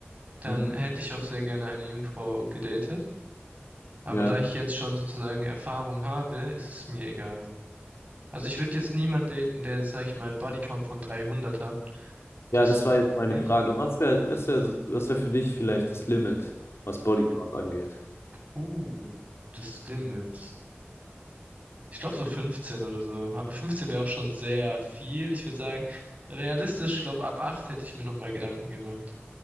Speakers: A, on the right; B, on the left.
A: dann
B: Mhm.
A: hätte ich auch sehr gerne eine Jungfrau gedatet. Aber
B: Ja.
A: da ich jetzt schon sozusagen Erfahrung habe, ist es mir egal. Also ich würde jetzt niemand daten, der, sag ich mal, einen Bodycount von 300 hat. Das
B: Ja, das war jetzt
A: ist
B: meine
A: nicht.
B: Frage. Was wäre, was wäre, was wäre für dich vielleicht das Limit, was Bodycount angeht?
A: Uh, das Limit. Ich glaube so 15 oder so. Aber 15 wäre auch schon sehr viel. Ich würde sagen, realistisch, ich glaube, ab 8 hätte ich mir nochmal Gedanken gemacht.